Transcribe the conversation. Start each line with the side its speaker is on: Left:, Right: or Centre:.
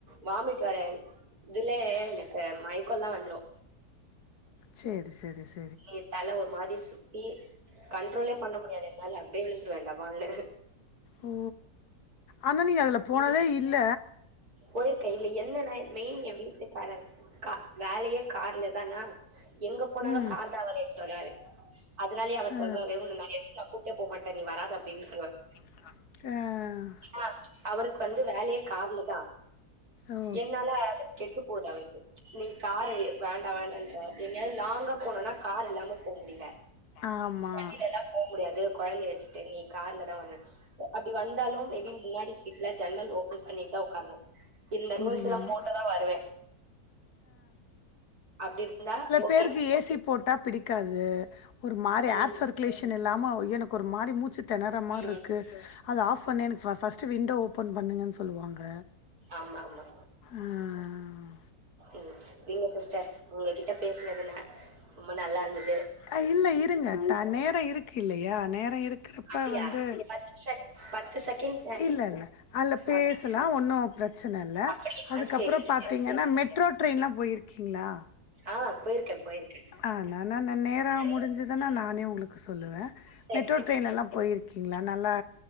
Right: வாமிட் வர இதுல எனக்கு மைக்கோல்லா வந்துரு
Left: செரி செரி செரி
Right: எ தல ஒரு மாரி சுத் ஏ கண்ட்ரோலே பண்ண முடியாது என்னால அப்டியே விலுந்துருவ டாபால்ணு
Left: ஓ ஆனா நீங்க அதுல போனதே இல்ல
Right: போயிருக்க இதுல என்னன்ன மெய்ன் ஏ வீட் த்துக்காரர் கா வேலயே கார்ல தானா எங்க போனாலு
Left: ம்
Right: கார் தா அவர் எடுத்துட்டு வருவாரு அதனாலயே அவர்
Left: ஆ
Right: சொல்றாரு உன்ன நா எதுக்குமே நா கூட்டே போமாட்ட நீ வராது அப்டின் சொல்லுவாரு
Left: சொல்றாரு ஆ
Right: ஆஹ் அவருக்கு வந்து வேலயே கார்லதா
Left: ஓ
Right: என்னால அத கெட்டு போதா அவருக்கு நீ காரே வேண்டா வேண்டான்ற எங்கயாது லாங் போனுன்னா கார் இல்லாம போ முடில
Left: ஆமா
Right: வண்டில எல்லா போ முடியாது கொழந்த வச்சிட்டு நீ கார்ல தா வர்னோ அப்டி வந்தாலு மேபி முன்னாடி சீட்ல ஜன்னல் ஓப்பன் பண்ணி தா ஒக்காரணு இந்த
Left: புரியும்
Right: ரூல்ஸ் லா போட்டுதா வருவே அப்டி இருந்தா ஓ
Left: பேருகு ஏசி போட்டாப் பிடிக்காது ஒரு மாரி ஹேர்
Right: ம்
Left: சர்குலேஷன் இல்லாம ஓய் எனக்கு ஒரு மாரி மூச்சித் தெனரா மார்ருக்கு
Right: ம்
Left: அது ஆஃப் ஃபண்ணு எனக்கு பஸ்ட் சி விண்டோ ஓப் ப்பன் பண்ணுங்கனு சொல்லுவாங்க
Right: ஆமா ஆமா
Left: அஹ்
Right: ம் இல்ல சிஸ்டர் உங்ககிட்ட பேசுனதுல ரொம்ப நல்லா இருந்து
Left: அஹ் இல்ல இருங்க ட நேரோ இருக்கு இல்ல யா நேர இருக்கு க்ருப்ப
Right: அப்டியா
Left: வந்து
Right: பத்து செக் பத்து செகண்ட்
Left: இல்லல்ல அல்ல பேசுலா
Right: அப்டி
Left: ஒன்னு பிரச்சன இல்ல
Right: அப்டியா
Left: அதுக்கப்புறோ
Right: சரிங்க
Left: பாத்தீங்கன்னா
Right: சரி
Left: மெட்ரோ டிரைன்லா உயிர் க்கீங்களா
Right: ஆ போயிருக்கேன், போயிருக்கேன்.
Left: ஆஹ் நா நா நா நேரோ
Right: நெறைய
Left: முடிஞ்சிதுனா நானே உங்களுக் கு சொல்லுவ
Right: சரி,
Left: மெட்ரோ
Right: சரி.
Left: ட்ரெயின்ல லா போயிருக்கீங்களா நல்லா